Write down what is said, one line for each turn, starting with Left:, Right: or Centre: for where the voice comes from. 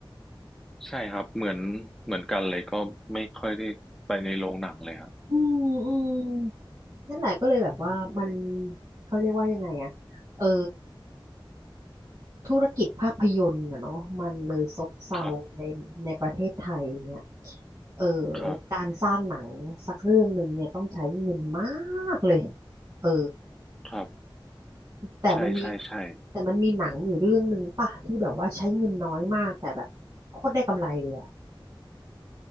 Centre: ใช่ครับเหมือนเหมือนกันเลยก็ไม่ค่อยได้ไปในโรงหนังเลยครับ
Right: อืมอืมนั่นแหละก็เลยแบบว่ามัน
Centre: อืม
Right: เขาเรียกว่ายังไงอะเออธุรกิจภาพยนตร์อะเนาะมันเลยซบเซาในในประเทศไทยเนี่ย
Centre: ครับ
Right: เออ
Centre: ครับ
Right: การสร้างหนังสักเรื่องหนึ่งเนี่ยต้องใช้เงินมากเลยเออ
Centre: ครับ
Right: แต่มันมี
Centre: ใช่ใช่ใช่
Right: แต่มันมีหนังอยู่เรื่องหนึ่งป่ะที่แบบว่าใช้เงินน้อยมากแต่แบบโคตรได้กำไรเลยอะ